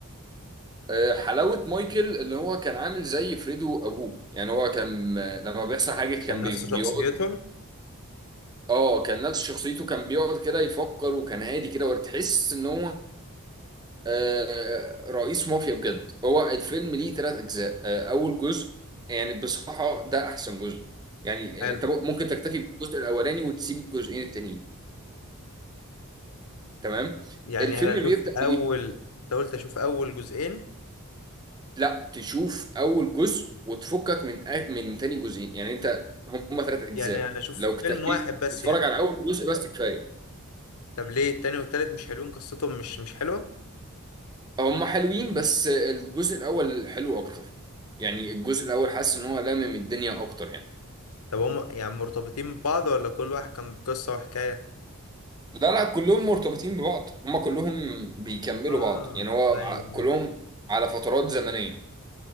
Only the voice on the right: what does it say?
آه، حلاوة مايكل اللي هو كان عامل زي فريدو أبوه يعني هو كان آه، لما بيحصل حاجة
كان
بي- بيقعد
اه كان نفس شخصيته كان بيقعد كده يفكر وكان هادي كده وتحس ان هو آه، رئيس مافيا بجد هو الفيلم ليه ثلاث اجزاء آه، اول جزء يعني بصراحه ده احسن جزء يعني
آه، انت ممكن تكتفي بالجزء الاولاني وتسيب الجزئين التانيين تمام
الفيلم
بيبدا
بايه
لا تشوف اول جزء وتفكك من آ- من تاني جزئين يعني انت هم ثلاث اجزاء
لو اكتفيت
تتفرج
على اول جزء بس كفايه
هم حلوين بس الجزء الاول حلو اكتر يعني الجزء الاول حاسس ان هو لامم الدنيا اكتر يعني
لا لا كلهم مرتبطين ببعض هم كلهم بيكملوا
بعض يعني هو
ع- كلهم
على فترات زمنية